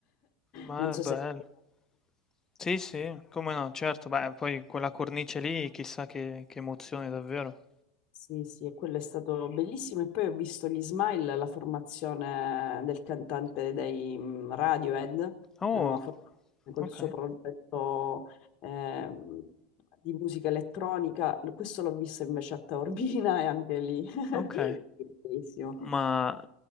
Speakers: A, on the left (about 15°); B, on the left (about 40°).
A: ma
B: <laughs> Non so
A: è bello.
B: se...
A: Sì, sì, come no, certo. Beh, poi quella cornice lì, chissà che, che emozione davvero.
B: Sì, sì, e quello è stato bellissimo. E poi ho visto gli Smile, la formazione del cantante dei mm, Radiohead,
A: Oh,
B: la nuova formazione col
A: ok,
B: suo progetto ehm, di musica elettronica. Questo l'ho visto invece a Taormina <laughs> e anche lì. <laughs>
A: ok.
B: Bellissimo.
A: Ma,